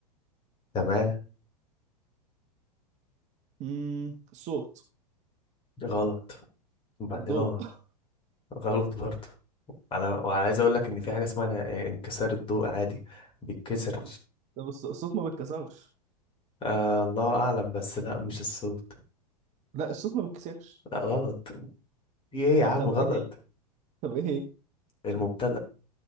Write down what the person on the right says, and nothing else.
امم الصوت
الضوء
<laughs>
طب الص- الصوت ما بيتكسرش
لا الصوت ما بيتكسرش
طب
ايه هي طب ايه هي